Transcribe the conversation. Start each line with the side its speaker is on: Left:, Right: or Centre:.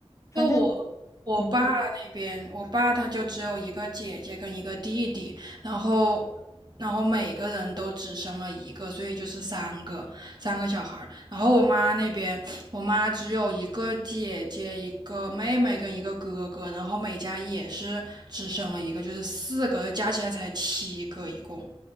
Left: 反正，
Right: 就我我爸那边，
Left: 嗯。
Right: 我爸他就只有一个姐姐跟一个弟弟，然后然后每个人都只生了一个，所以就是三个三个小孩儿。然后我妈那边，我妈只有一个姐姐、一个妹妹跟一个哥哥，然后每家也是只生了一个，就是四个，加起来才七个一共。